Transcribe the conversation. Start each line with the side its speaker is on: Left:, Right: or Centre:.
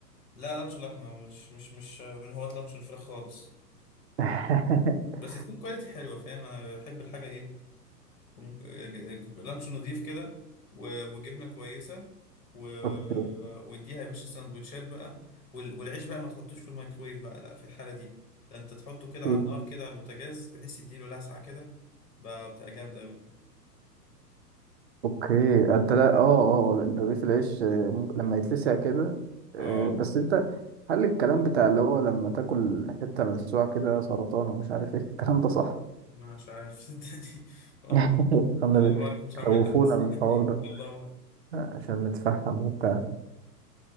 Left: لا لانش لحمه مش مش مش من هواة لانش الفراخ خالص
Right: <laughs>
Left: بس تكون كواليتي حلوه فاهم انا بحب الحاجه ايه ونج- ج- ج- لانش نضيف كده و- وجبنه كويسه و...
Right: اوكي
Left: واديها يا باشا سندوتشات بقى وال- والعيش بقى ما تحطوش في الميكرويف بقى لا في الحاله دي ده انت تحطه كده
Right: اوكي
Left: على النار كده على البوتاجاز بحيث يديله لسعه كده بقى بتبقى جامده قوي دي
Right: اوكي انت لا اه اه رغيف العيش آه، ممكن لما يتلسع كده آه،
Left: اه
Right: بس انت هل الكلام بتاع اللي هو لما تاكل حته ملسوعه كده سرطان ومش عارف ايه الكلام ده صح
Left: أنا مش عارف <laughs> صدقني ما
Right: <laughs>
Left: اعرف
Right: كانوا
Left: انا ما اعرف مش هعملها
Right: بيخوفونا
Left: بس
Right: بالحوار
Left: <laughs>
Right: ده
Left: الله
Right: آه، عشان نتفهم وبتاع